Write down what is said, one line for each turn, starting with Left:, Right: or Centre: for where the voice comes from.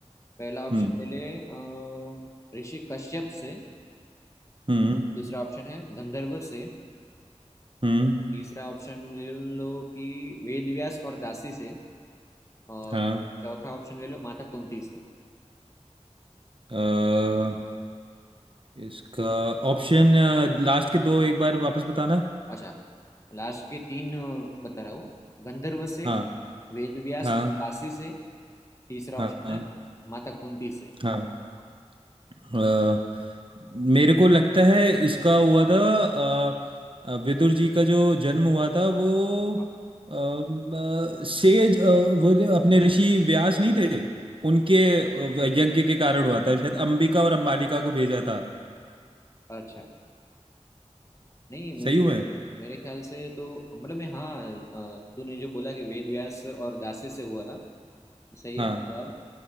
Left: पहला ऑप्शन
Right: हम्म
Left: ले ले अ, ऋषि कश्यप से
Right: हम्म
Left: दूसरा ऑप्शन है गंधर्व से
Right: हम्म
Left: तीसरा ऑप्शन ले लो कि वेद व्यास और दासी से और
Right: हाँ
Left: चौथा ऑप्शन ले लो माता कुंती से
Right: अ, इसका ऑप्शन लास्ट के दो एक बार वापस बताना
Left: अच्छा लास्ट के तीन अ, बता रहा हूँ गंधर्व से
Right: हाँ
Left: वेद व्यास
Right: हाँ
Left: और दासी से तीसरा
Right: हाँ
Left: ऑप्शन है माता कुंती से
Right: हाँ अ, मेरे को लगता है इसका हुआ था अ, अ, विदुर जी का जो जन्म हुआ था वो
Left: हाँ
Right: अ, अ, सेज अ, वो जो अपने ऋषि व्यास नहीं थे उनके अ, यज्ञ के कारण हुआ था शायद अंबिका और अंबालिका को भेजा था
Left: अच्छा नहीं मेरे
Right: सही हूँ
Left: ख्या-
Right: मैं
Left: मेरे ख्याल से तो मतलब मैं हाँ अ, तूने जो बोला कि वेद व्यास और दासी से हुआ था सही
Right: हाँ
Left: है जवाब